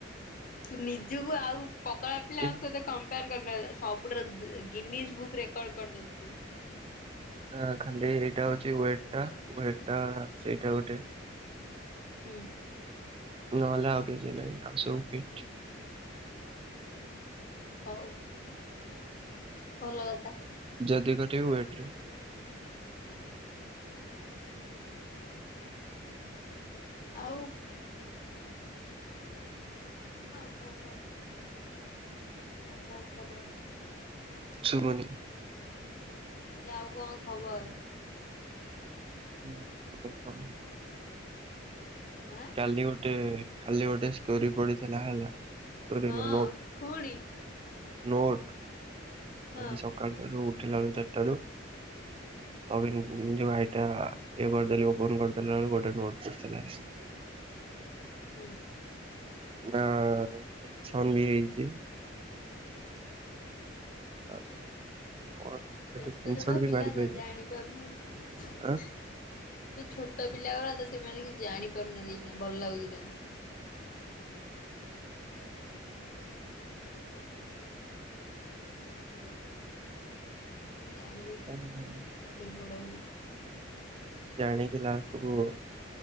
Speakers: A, on the left; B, on the right.
A: ତୁ ନିଜକୁ ଆଉ ପତଳା ପିଲାଙ୍କ
B: କି
A: ସହିତ କମ୍ପାୟାର <unintelligible> ସବୁଠାରୁ ଗିନିଜ୍ ବୁକ ରେକର୍ଡ କରିଦବୁ ତୁ।
B: ହ ଖାଲି ଏଇଟା ହଉଛି ୱେଟ ଟା ୱେଟ ଟା ସେଇଟା ଗୋଟେ
A: ହୁଁ।
B: ନଏଲେ ଆଉ କିଛି ନାଇଁ ଆଉ ସବୁ ପିଟ।
A: ହଉ ଭଲ କଥା।
B: ଯଦି କାଟିବୁ ୱେଟ ରେ।
A: ଆଉ ଆଉ କଣ କ ଆଉ କଣ ଖବର?
B: ଶୁଭୁନି।
A: ମୁ କଇଲୀ ଆଉ କଣ ଖବର?
B: ମତେ ଆଉ କହନି।
A: ହା।
B: କାଲି ଗୋଟେ କାଲି ଗୋଟେ ଷ୍ଟୋରି ପଡିଥିଲା ହେଲା। କରିନୁ
A: ହଁ
B: ନୋଟ୍
A: ପୁଣି
B: ନୋଟ୍
A: ହଁ
B: ଆଜି ସ ଠାରୁ ଉଠିଲା ଆଳୁ ଚାରିଟାରୁ କ ପାଇଁ ନିଜ ଭାଇଟା ଇଏ କରିଦେଲି ଓପନ କରିଦେଲା ବେଳ କୁ ଗୋଟେ ନୋଟ ପଡଥିଲା।
A: ହୁଁ।
B: ନା ଛନ୍ଦି ହେଇଛି। <inaudible> କଣ? ସେଠୁ
A: ଛୋଟ
B: ସ୍କ୍ରିନସଟ
A: ଛୋଟ
B: ବି
A: ପିିଲା
B: ମାରି ପାଇଲି
A: ତ ଜାଣି ପାରୁନାହାଁନ୍ତି।
B: ଆଁ
A: ଏବେ ଛୋଟ ପିଲା ଗୁରା ତ ସେମାନେ କିଛି ଜାଣିପାରୁନାହାନ୍ତି ଏହି ଖୀନା ଭଲ ଲାଗୁଛି ତାଙ୍କୁ। ଜାଣିବେ ଆଉ
B: କଣ
A: ଟିକେ ବଡ଼ ହୁଅନ୍ତୁ।
B: ଜାଣିକି ଲାଷ୍ଟ କୁ